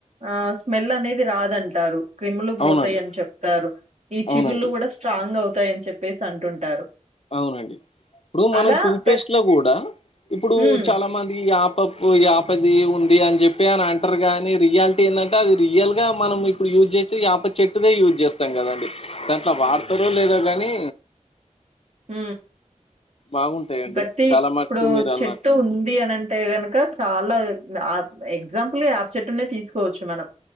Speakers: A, on the right; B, on the left.
A: ఆ స్మెల్ అనేది రాదంటారు క్రిములు పోతాయని
B: అవునండి
A: చెప్తారు ఈ
B: అవునండి
A: చిగుళ్ళు కూడా స్ట్రాంగ్ అవుతాయని చెప్పేసి అంటుంటారు
B: అవునండి ఇప్పుడు మనం
A: అలా
B: టూత్
A: ప్రత్
B: పేస్ట్ లో కూడా ఇప్పుడు
A: హ్మ్.
B: చాలా మందికి యాప పూ యా యాపాది ఉంది అని చెప్పి అని అంటారు కాగానీ రియాలిటీ ఏందంటే అది రియల్ గా మనం ఇప్పుడు యూజ్ చేసేది యాపది చెట్టుదే యూజ్ చేస్తాం కదండి దాంట్లో వాడతారు లేదో కానీ
A: హ
B: బాగుంటాయండి
A: ప్రతి
B: చాలా
A: ఇప్పుడు
B: మటుకు మీరు అన్నారు
A: చెట్టు ఉంది అని అంటే గనుక చాలా ఎగ్జాంపుల్ యాప్ చెట్నే తీసుకోవచ్చు మనం